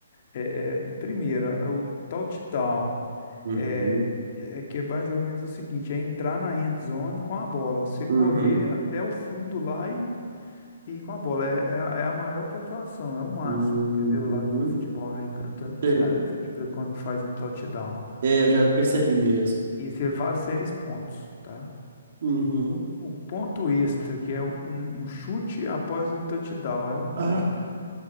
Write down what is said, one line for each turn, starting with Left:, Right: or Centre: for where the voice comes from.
Left: É, é, primeiro, é o touchdown.
Right: Uhum.
Left: É, é que é mais ou menos o seguinte, é entrar na end zone com a bola. Você correr
Right: Uhum.
Left: até o fundo lá e E com a bola, é, é a é a maior pontuação, é o máximo,
Right: Uhum.
Left: entendeu? Lá do futebol americano, tanto que
Right: Sei.
Left: os caras vibram quando faz um touchdown.
Right: É, eu já percebi mesmo.
Left: E isso vale seis pontos, tá?
Right: Uhum.
Left: O ponto extra, que é um, um um chute após o touchdown, é um ponto,
Right: Ah.